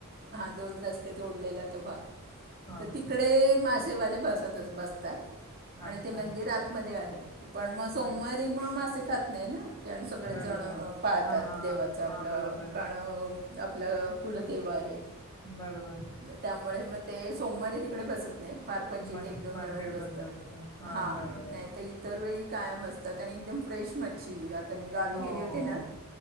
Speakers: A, on the right; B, on the left.
A: हा दोन रस्ते जोडलेला तो भाग.
B: हां.
A: तर तिकडे मासेवाले बसत बसतात आणि
B: अच्छा
A: ते मंदिर आतमध्ये आहे. पण मग सोमवारी
B: अच्छा
A: म मासे खात नाही ना कारण सगळेच
B: बरोबर
A: जण पाळतात
B: हा हा
A: देवाचं
B: हा
A: आपलं
B: हा बरोबर
A: कारण आपलं कुलदेव आहेत.
B: बरोबर.
A: त्यामुळे मग ते सोमवारी तिकडे बसत नाही फार क्वचित
B: मग
A: ते एक, दोन
B: मार्केट
A: जणच बसतात
B: बंद असतं हा
A: हां
B: बरोबर
A: नाहीत. ते इतर वेळी कायम असतात आणि एकदम फ्रेश मच्छी आता मी गावी
B: हो
A: गेले
B: हो
A: होते ना